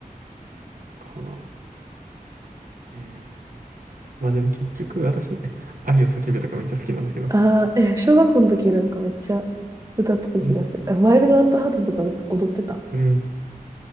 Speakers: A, on the right; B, on the right.
A: かな。えー、まあでも結局私もね、愛を叫べとかめっちゃ好きなんだけど。
B: あーえ、小学校の時なんかめっちゃ歌ってた気がする。
A: で、
B: あワイルドアットハートとか歌踊ってた。
A: うん。